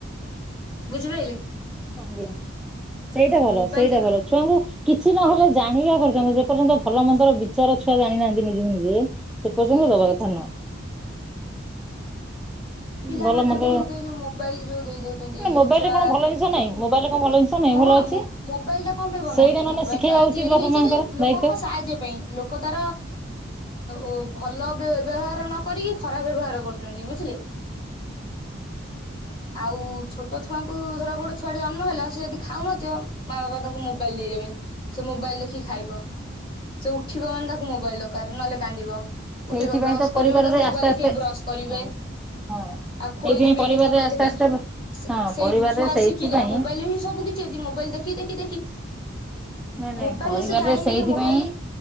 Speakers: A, on the left; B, in the centre.
A: ବୁଝି ପାଇଲେ?
B: ଆଜ୍ଞା। ସେଇଟା ଭଲ
A: ମୋବାଇଲ
B: ସେଇଟା ଭଲ। ଛୁଆଙ୍କୁ କିଛି ନହେଲେ ଜାଣିବା ପର୍ଯ୍ୟନ୍ତ, ଯେ ପର୍ଯ୍ୟନ୍ତ ଭଲ ମନ୍ଦର ବିଚାର ଛୁଆ ଜାଣିନାହାନ୍ତି ନିଜକୁ ନିଜେ। ସେ ପର୍ଯ୍ୟନ୍ତ
A: ସେଇଆ
B: ଦବା କଥା ନୁହଁ।
A: ପିଲାମାନଙ୍କୁ
B: ଭଲ ମନ୍ଦ
A: ଯ ଯୋଉ ମୋବାଇଲ ଯୋଉ ଦେଇ ଦଉଛନ୍ତି
B: ନା
A: ଯୋଉ
B: ମୋବାଇଲରେ
A: ଛୁଆ
B: କଣ ଭଲ ଜିନିଷ ନାହିଁ ମୋବାଇଲରେ କଣ ଭଲ
A: ହଁ
B: ଜିନିଷ ନାହିଁ ଭଲ ଅଛି।
A: ମୋବାଇଲ ଟା କଣ ପାଇଁ ବନା
B: ସେଇଟା
A: ହେଇଛି?
B: ନହେଲେ
A: ମୋବାଇଲ
B: ଶିଖେଇବା
A: ଟା
B: ଉଚିତ
A: ତିଆରି
B: ବାପା
A: ହେଇଛି
B: ମାଙ୍କର
A: ଯେ ଲୋକଙ୍କ
B: ଦାୟିତ୍ୱ।
A: ସାହାଯ୍ୟ ପାଇଁ। ଲୋକ ତାର ଉ ଭଲ ବ୍ୟବହାର ନକରି କି ଖରାପ ବ୍ୟବହାର କରୁଛନ୍ତି ବୁଝିଲେ।
B: <unintelligible> <inaudible>
A: ଆଉ ଛୋଟ ଛୁଆଙ୍କୁ, ଧର ଗୋଟେ ଛୁଆଟେ ଜନ୍ମ ହେଲା ସେ ଯଦି ଖାଉନଥିବ ମା ବାପା ତାଙ୍କୁ ମୋବାଇଲ ଦେଇ ଦେବେ। ସେ ମୋବାଇଲ ଦେଖି ଖାଇବ। ସେ ଉଠିବ ମାନେ ତାକୁ ମୋବାଇଲ ଦରକାର ନହେଲେ କାନ୍ଦିବ।
B: ସେଇଥିପାଇଁ
A: ଉଠିବ ବ୍ରଶ
B: ତ
A: କରିବ
B: ପରିବାରରେ
A: ବି ତାକୁ ମୋବାଇଲ
B: ଆସ୍ତେ ଆସ୍ତେ
A: ଦେଖେଇ କି ବ୍ରଶ କରିବେ।
B: ହଉ ହଁ।
A: ଆଉ ଖୋଇଦେବେ
B: ସେଇଥିପାଇଁ ପରିବାରରେ
A: ବି ମୋବାଇଲ
B: ଆସ୍ତେ
A: ଦେଖେଇକି।
B: ଆସ୍ତେ ହଁ
A: ସେଇଠୁ
B: ପରିବାରରେ
A: ଛୁଆ
B: ସେଇଥିପାଇଁ
A: ଶିଖିଲା ମୋବାଇଲରେ ହିଁ ସବୁ କିଛି ଅଛି। ମୋବାଇଲ ଦେଖି ଦେଖି ଦେଖି
B: ନାଇଁ ନାଇଁ
A: ମୋବାଇଲରେ
B: ପରିବାରରେ
A: ସେ ଜାଣିନି
B: ସେଇଥିପାଇଁ
A: ଯେ ମୋବାଇଲ